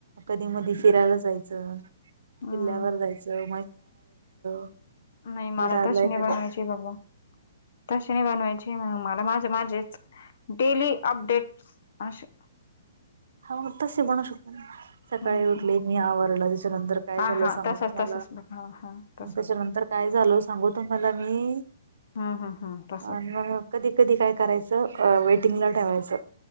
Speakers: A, on the right; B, on the left.
A: कधी -मधी फिरायला जायचं, किल्ल्यावर
B: हम्म
A: जायचं. <unintelligible>
B: नाही मला
A: दादला
B: तशी
A: एखाद्या
B: नाही बनवायची बाबा, तशी नाही बनवायची मग मला माझे माझेच डेली अपडेट्स असे
A: हो ना, तशी बनवू शकतो ना. सकाळी
B: हम्म
A: उठले
B: हम्म
A: मी आवरलं त्याच्यानंतर काय
B: हा
A: झालं
B: हा
A: सांगु तुम्हाला?
B: <unintelligible>
A: त्याच्यानंतर काय झाल सांगू तुम्हाला मी?
B: ह हा, तसच.
A: आणि मग कधी- कधी काय करायचं वेटिंग ला ठेवायचं,